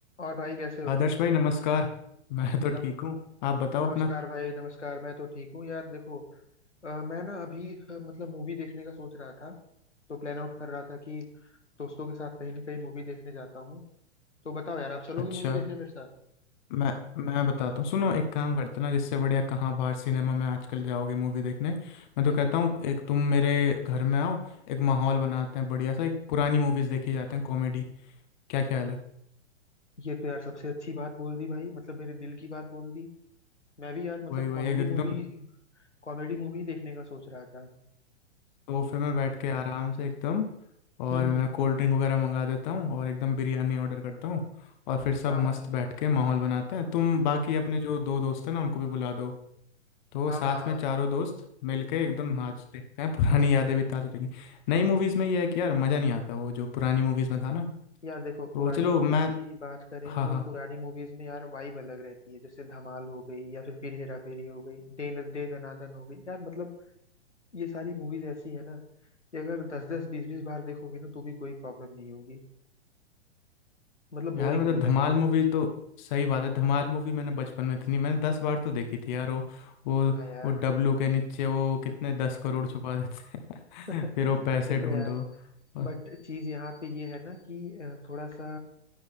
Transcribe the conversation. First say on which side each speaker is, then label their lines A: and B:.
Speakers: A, on the left; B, on the left.
A: और भाई कैसे हो
B: आदर्श भाई नमस्कार मैं तो
A: नम,
B: ठीक हूँ आप बताओ
A: नमस्कार
B: अपना
A: भाई नमस्कार मैं तो ठीक हूँ यार देखो अ, मैं ना अभी अ, मतलब मूवी देखने का सोच रहा था तो प्लान आउट कर रहा था कि दोस्तों के साथ कहीं ना कहीं मूवी देखने जाता हूँ तो बताओ यार आप चलोगे
B: अच्छा
A: मूवी देखने मेरे साथ
B: मैं मैं बताता हूँ सुनो एक काम करते ना जिससे बढ़िया कहाँ बाहर सिनेमा में आजकल जाओगे मूवी देखने मैं
A: हम्म
B: तो कहता
A: हम्म।
B: हूँ एक तुम मेरे घर में आओ एक माहौल बनाते हैं बढ़िया सा एक पुरानी मूवीज देखी जाते हैं कॉमेडी क्या ख्याल है
A: ये तो यार सबसे अच्छी बात बोल दी भाई मतलब मेरे दिल की बात बोल दी मैं भी यार मतलब
B: वही वही
A: कॉमेडी
B: एक एकदम
A: मूवी कॉमेडी मूवी देखने का सोच रहा था
B: सोफे में बैठ के आराम से एकदम और
A: हम्म
B: मैं
A: हम्म
B: कोल्ड ड्रिंक वगैरह मंगा देता हूँ और एकदम बिरयानी ऑर्डर करता हूँ और फिर सब
A: हाँ
B: मस्त
A: हाँ
B: बैठ के माहौल बनाते हैं तुम बाकी अपने जो दो दोस्त हैं ना उनको भी बुला दो तो
A: हाँ
B: साथ
A: हाँ
B: में चारों दोस्त मिलके एकदम आज देखते हैं पुरानी यादें भी ताज़ा हो जाएंगी नई मूवीज़ में ये है कि यार मज़ा नहीं आता वो जो पुरानी मूवीज़ में था ना
A: यार देखो
B: तो
A: पुरानी
B: चलो
A: मूवीज
B: मैं
A: की बात करें
B: हाँ
A: तो
B: हाँ
A: पुरानी मूवीज में यार वाइब अलग रहती है जैसे धमाल हो गई या फिर फिर हेरा फेरी हो गई दे न दे दनादन हो गई यार मतलब ये सारी मूवीज ऐसी है ना कि अगर दस दस बीस बीस बार देखोगे ना तो भी कोई प्रॉब्लम नहीं होगी मतलब बोरिंग
B: यार मतलब
A: नहीं
B: धमाल
A: लगेगा
B: मूवी तो सही बात है धमाल मूवी मैंने बचपन में इतनी मैंने दस बार तो देखी थी यार वो वो
A: हाँ यार
B: वो डब्लू के नीचे वो कितने दस करोड़ छुपा देते
A: <laughs>
B: हैं <laughs> फिर वो पैसे
A: देखो
B: ढूंढो
A: यार
B: और-
A: बट चीज यहाँ पे ये है ना कि अ, थोड़ा सा